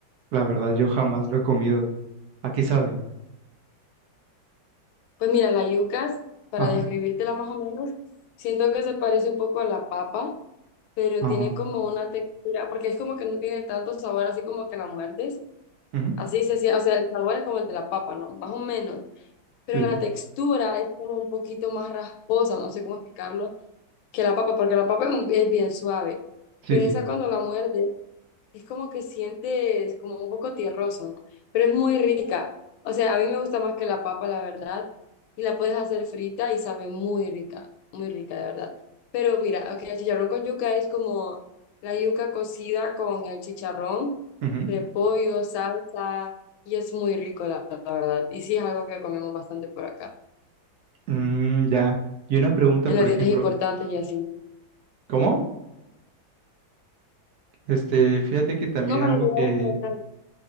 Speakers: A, on the right; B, on the left.
A: la verdad yo jamás lo he comido. Aquí sabe.
B: Pues mira, la yucas, para
A: Ajá,
B: describírtela más o menos, siento que se parece un poco a la papa, pero
A: ajá.
B: tiene como una textura, porque es como que no tiene tanto sabor, así como que la muerdes.
A: ujú,
B: Así se siente, o sea, el sabor es como el de la papa, ¿no? Más o menos. Pero
A: Sí,
B: la textura es como un poquito más rasposa, no sé cómo explicarlo que la papa, porque la papa es, un- es bien suave,
A: sí,
B: pero
A: sí.
B: esa cuando la muerde es como que sientes como un poco tierroso, ¿no? Pero es muy rica. O sea, a mí me gusta más que la papa, la verdad, y la puedes hacer frita y sabe muy rica, muy rica, de verdad. Pero mira, ok, el chicharrón con yuca es como la yuca cocida con el chicharrón,
A: ujú.
B: repollo, salsa, y es muy rico, la, la verdad. Y sí es algo que comemos bastante por acá,
A: Mm, ya. Y una pregunta,
B: en
A: por
B: las tiendas
A: ejemplo,
B: importantes y así.
A: ¿cómo? Este, fíjate que también
B: No, en
A: algo
B: lugares
A: que
B: por acá.